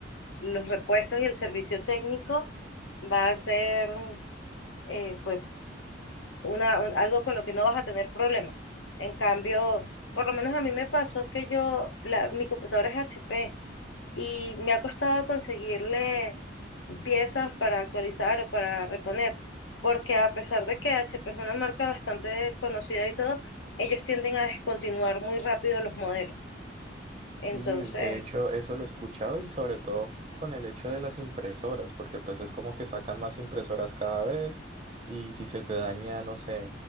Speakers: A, on the left; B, on the right.
A: los repuestos y el servicio técnico va a ser eh, pues una, un- algo con lo que no vas a tener problema. En cambio, por lo menos a mí me pasó que yo, la, mi computadora es HP y me ha costado conseguirle piezas para actualizar o para reponer, porque a pesar de que HP es una marca bastante conocida y todo, ellos tienden a descontinuar muy rápido los modelos. Entonces,
B: Y de hecho eso lo he escuchado y sobre todo con el hecho de las impresoras, porque pues es como que sacan más impresoras cada vez y si se te daña, no sé,